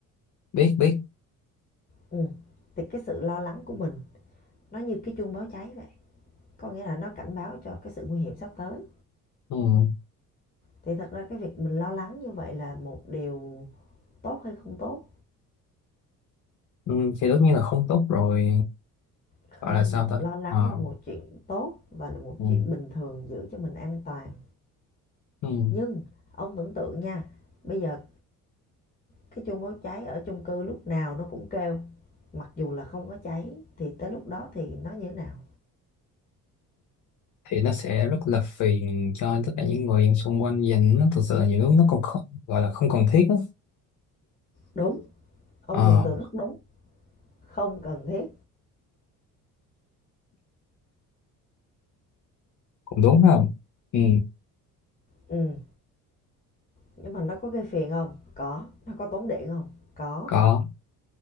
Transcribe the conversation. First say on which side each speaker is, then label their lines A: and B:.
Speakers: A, on the left; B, on the left.
A: biết biết
B: ừ. thì cái sự lo lắng của mình nó như cái chuông báo cháy vậy có nghĩa là nó cảnh báo cho cái sự nguy hiểm sắp tới
A: ừ.
B: thì thật ra cái việc mình lo lắng như vậy là một điều tốt hay không tốt
A: Ừ. thì tất nhiên là không tốt rồi
B: Không,
A: gọi là sao ta
B: lo lắng
A: Ờ.
B: là một chuyện tốt và là một
A: ừ.
B: chuyện bình thường giữ cho mình an toàn.
A: Ừ.
B: Nhưng ông tưởng tượng nha, bây giờ cái chuông báo cháy ở chung cư lúc nào nó cũng kêu. Mặc dù là không có cháy thì tới lúc đó thì nó như thế nào?
A: thì nó sẽ rất là phiền cho tất cả những người xung quanh dành nó thực sự là nhiều lúc nó còn không, gọi là không cần thiết á
B: Đúng, ông
A: Ờ,
B: dùng từ rất đúng, không cần thiết.
A: cũng đúng không ừ.
B: Ừ, nhưng mà nó có gây phiền không? Có. Nó có tốn điện không? Có.
A: có